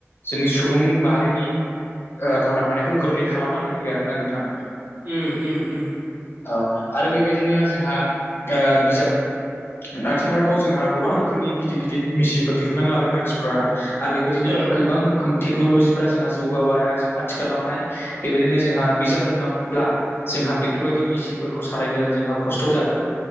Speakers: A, on the left; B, on the right.
A: जोंनि सुबुं माहारिनि ओ थांना थानायखौ गोरलै खालामनानै होयो आरोना नोंथां।
B: उम उम उम।
A: औ आरो बेबायदिनो जोंहा ओ बिजाब आथिखालावथ' जोंहा गोबां रोखोमनि गिदिर गिदिर मेसिनफोर दिहुननानै लाबाय मानसिफ्रा आरो बेबायदिनो
B: ओ
A: गोबां टेक्न'ल'जिफ्रा जोंहा जौगाबाय आजि- आथिखालावहाय बेबायदिनो जोंहा बिजाब रोङाब्ला जोंहा बेफोरबायदि मेसिनफोरखौ सालायनो जोंहा खस्थ' जागोन